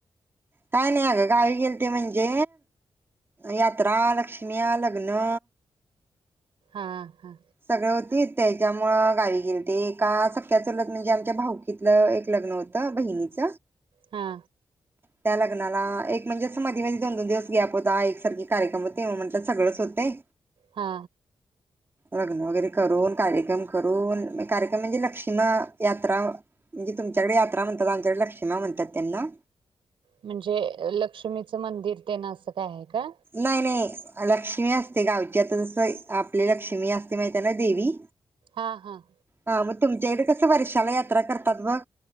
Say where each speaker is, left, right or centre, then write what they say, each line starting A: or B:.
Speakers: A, on the right; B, on the right.
A: काय नाही, अगं गावी गेलं ते म्हणजे, यात्रा लक्ष्मीया लग्न.
B: हा. हा
A: सगळ होतीत. त्याच्यामुंळे गावी गेलती एका सख्या चुलत म्हणजे आमच्या भाऊकीतलं एक लग्न होत बहिणीच
B: हा.
A: त्या लग्नाला एक म्हणजे अस मधी मधी दोन दोन दिवस गॅप होता एकसारखे कार्यक्रम होते म म्हणटल सगळंच होत ये.
B: हा.
A: लग्न वगैरे करून कार्यक्रम करून कार्यक्रम म्हणज लक्षीमा यात्रा म्हणजे तुमच्याकडे यात्रा म्हणतात आमच्याकडे लक्ष्मण म्हणतात त्यांना.
B: म्हणजे लक्ष्मीचं मंदिर ते ना असं काय आहे का?
A: नाही नाही लक्ष्मी असते गावची आता तसं आपली लक्ष्मी असते माहिती ना देवी.
B: हा हा.
A: हा म तुमच्याकडे कसं वर्षाला यात्रा करतात बघ.